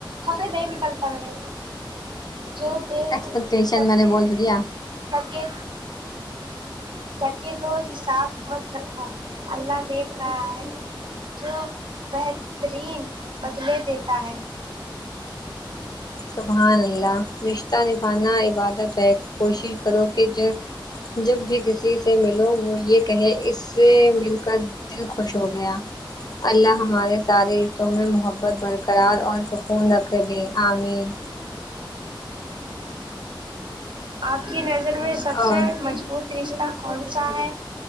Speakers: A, on the right (about 70°); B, on the left (about 50°).
A: ہمیں نہیں نکلتا ہے جو دے
B: ایکسپیکٹیشن
A: سکے
B: میں نے بول تو دیا
A: سکے سکے دو حساب مت رکھو اللہ دیکھ رہا ہے جو بہترین بدلے دیتا ہے
B: سبحان اللہ رشتہ نبھانا ایک عبادت ہے کوشش کرو کہ جو جب بھی کسی سے ملو وہ یہ کہے اس سے مل کر دل خوش ہو گیا اللہ ہمارے سارے حصوں میں محبت برقرار اور سکون رکھ دے آمین
A: آپ کی نظر میں سب
B: اور
A: سے مضبوط رشتہ کون سا ہے